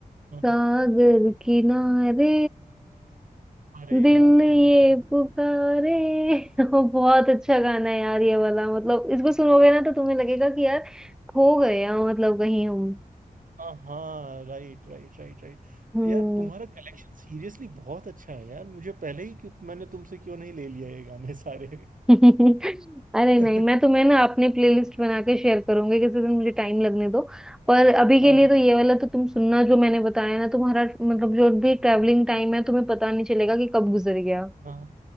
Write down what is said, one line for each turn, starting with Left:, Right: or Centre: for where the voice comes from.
Right: हाँ।
Centre: सागर किनारे
Right: अरे
Centre: दिल
Right: यार
Centre: ये
Right: हाँ
Centre: पुकारे <laughs> ओ, बहुत अच्छा गाना है यार ये वाला मतलब इसको सुनोगे ना तो तुम्हें लगेगा कि यार खो गए हैं मतलब कहीं हम
Right: हाँ हाँ, राइट राइट राइट राइट
Centre: हम्म
Right: यार तुम्हारा कलेक्शन सीरियसली बहुत अच्छा है यार मुझे पहले ही क्यों मैंने तुमसे क्यों नहीं ले लिया ये गाने सारे
Centre: <laughs> अरे
Right: <laughs>
Centre: नहीं मैं तुम्हें ना अपने प्लेलिस्ट बना के शेयर करूंगी किसी दिन मुझे टाइम लगने दो पर अभी के
Right: हाँ
Centre: लिए तो ये वाला तो तुम सुनना जो मैंने बताया ना तुम्हारा मतलब जो भी ट्रैवलिंग टाइम है तुम्हें पता नहीं चलेगा कि कब गुजर गया
Right: हाँ